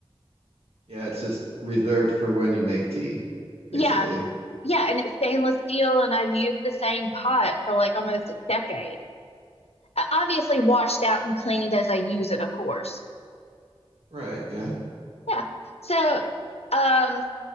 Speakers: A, on the right; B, on the left.
A: Yeah, it's just reserved for when you make tea, basically.
B: Yeah, b- yeah, and it's stainless steel, and I've used the same pot for like almost a decade. Uh, Obviously washed out and cleaned as I use it, of course.
A: Right, yeah.
B: Yeah. So, um,